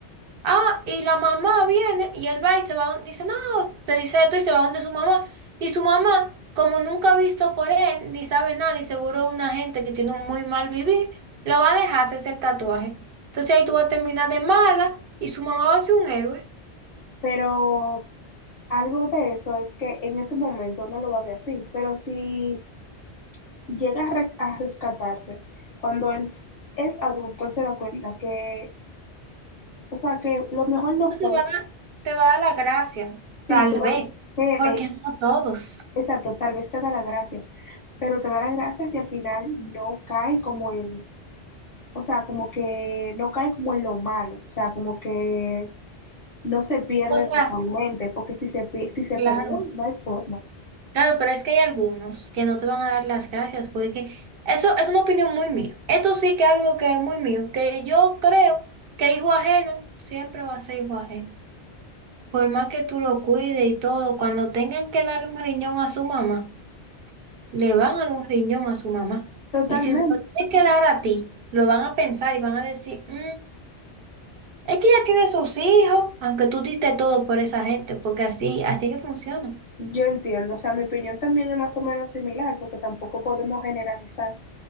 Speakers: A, on the right; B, on the left.
A: Ah, y la mamá viene y él va y se va, don- dice, no, te dice esto y se va donde su mamá. Y su mamá, como nunca ha visto por él, ni sabe nada, y seguro una gente que tiene un muy mal vivir, lo va a dejar hacerse el tatuaje. Entonces ahí tú vas a terminar de mala y su mamá va a ser un héroe.
B: Pero algo de eso es que en ese momento no lo va a ver así, pero si llega a, re- a rescatarse, cuando él s- es adulto, él se da cuenta que, o sea, que lo mejor no fue,
A: No Te va a dar, te va a dar las gracias,
B: sí,
A: tal
B: pero,
A: vez,
B: pero,
A: porque
B: eh,
A: no todos.
B: exacto, tal vez te da la gracia, pero te da la gracia si al final no cae como en, o sea, como que no cae como en lo malo, o sea, como que no se pierde
A: O sea,
B: totalmente, porque si se, pi- si se
A: claro.
B: perdió, no hay forma.
A: Claro, pero es que hay algunos que no te van a dar las gracias, porque eso es una opinión muy mía. Esto sí que es algo que es muy mío, que yo creo que hijo ajeno siempre va a ser hijo ajeno. Por más que tú lo cuides y todo, cuando tengan que darle un riñón a su mamá, le van a dar un riñón a su mamá.
B: Totalmente.
A: Y si te lo tienen que dar a ti, lo van a pensar y van a decir, "Mm, es que ya tiene sus hijos, aunque tú diste todo por esa gente, porque así, así que funciona.
B: Yo entiendo, o sea, mi opinión también es más o menos similar, porque tampoco podemos generalizar,